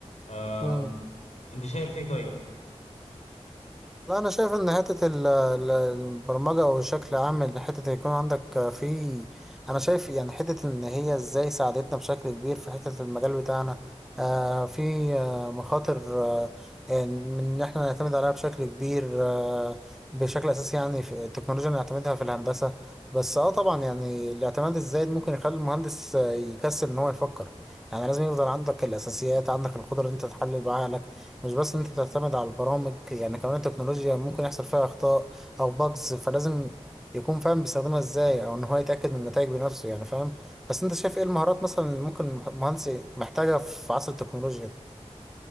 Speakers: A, on the left; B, in the centre.
A: آم،
B: مم.
A: انت شايف ايه طيب؟
B: لا انا شايف ان حته ال- ال- البرمجه او بشكل عام ان حته يكون عندك في انا شايف يعني حته ان هي ازاي ساعدتنا بشكل كبير في حته المجال بتاعنا آه في آه مخاطر آه إن- من ان احنا نعتمد عليها بشكل كبير آه بشكل اساسي يعني في التكنولوجيا اللي نعتمدها في الهندسه بس اه طبعا يعني الاعتماد الزايد ممكن يخلي المهندس آه، يكسل ان هو يفكر يعني لازم يفضل عندك الاساسيات عندك القدره ان انت تحلل بعقلك مش بس ان انت بتعتمد على البرامج يعني كمان التكنولوجيا ممكن يحصل فيها اخطاء او باجز فلازم يكون فاهم بيستخدمها ازاي او ان هو يتاكد من النتائج بنفسه يعني فاهم بس انت شايف ايه المهارات مثلا اللي ممكن مهندس محتاجها في عصر التكنولوجيا ده